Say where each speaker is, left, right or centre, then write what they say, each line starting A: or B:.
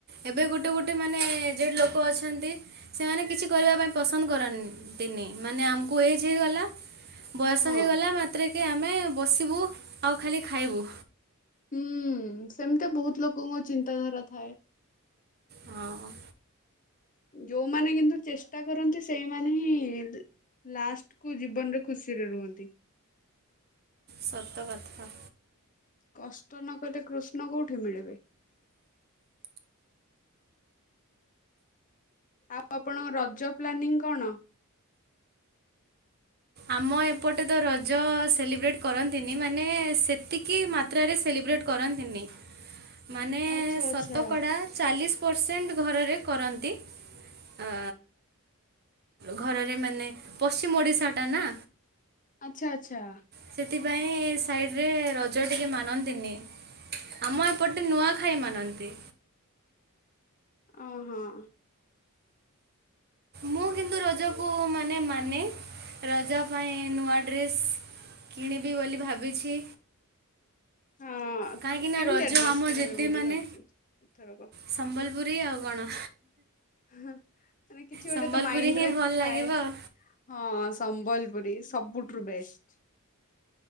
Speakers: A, on the right; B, on the left.
A: ଏବେ ଗୋଟେ ଗୋଟେ ମାନେ ଏଜେଡ୍ ଲୋକ ଅଛନ୍ତି ସେମାନେ କିଛି କରିବା ପାଇଁ ପସନ୍ଦ କରନ୍ତିନି। ତିନି ମାନେ ଆମକୁ ଏଜ୍ ହେଇଗଲା, ବୟସ
B: ହଁ।
A: ହେଇଗଲା ମା ତ୍ରେକେ ଆମେ ବସିବୁ ଆଉ ଖାଲି ଖାଇବୁ।
B: ହୁଁ, ସେମିତି ବହୁତ ଲୋକଙ୍କ ଚିନ୍ତାଧାରା ଥାଏ।
A: ହଁ।
B: ଯୋଉମାନେ କିନ୍ତୁ ଚେଷ୍ଟା କରନ୍ତି ସେଇମାନେ ହିଁ ଲାଷ୍ଟ କୁ ଜୀବନରେ ଖୁସିରେ ରୁହନ୍ତି।
A: ସତ କଥା।
B: କଷ୍ଟ ନକଲେ କୃଷ୍ଣ କୋଉଠି ମିଳିବେ। ଆଉ ଆପଣଙ୍କ ରଜ ପ୍ଲାନିଂ କଣ?
A: ଆମ ଏପଟେ ତ ରଜ ସେଲିବ୍ରେଟ୍ କରନ୍ତିନି। ମାନେ ସେତିକି ମା ତ୍ରାରେ ସେଲିବ୍ରେଟ୍ କରନ୍ତିନି।
B: <inaudible>
A: ମାନେ
B: ଆଚ୍ଛା
A: ଶତକଡ଼ା
B: ଆଚ୍ଛା
A: ଚାଲିଶ ପରସେଣ୍ଟ ଘରରେ କରନ୍ତି। ଆ, ଘରରେ ମାନେ, ପଶ୍ଚିମ ଓଡିଶା ଟା ନା।
B: ଆଚ୍ଛା, ଆଚ୍ଛା।
A: ସେଥିପାଇଁ ସାଇଡ ରେ ରଜ ଟିକେ ମାନନ୍ତିନି। ଆମ ଏପଟେ ନୂଆଖାଇ ମାନନ୍ତି।
B: ଅଁ, ହଁ।
A: ମୁଁ କିନ୍ତୁ ରଜକୁ ମାନେ ମାନେ, ରଜ ପାଇଁ ନୂଆ ଡ୍ରେସ୍ କିଣିବି ବୋଲି ଭାବିଛି।
B: ହଁ
A: କାହିଁକିନା
B: କେମିତିଆ
A: ରଜ
B: ଡ୍ରେସ୍
A: ଆମ
B: କିଣିବେ
A: ଯେତେ
B: ବୋଲି
A: ମାନେ
B: ଭାବିଛନ୍ତି ଏଥରକ?
A: ସମ୍ବଲପୁରୀ ଆଉ କଣ।
B: ହଁ, କିଛି ଗୋଟେ
A: ସମ୍ବଲପୁରୀ
B: ତ ମାଇଣ୍ଡରେ
A: ହିଁ ଭଲ
B: ଥାଏ।
A: ଲାଗିବ
B: ହଁ ସମ୍ବଲପୁରୀ ସବୁଠୁର ବେଷ୍ଟ।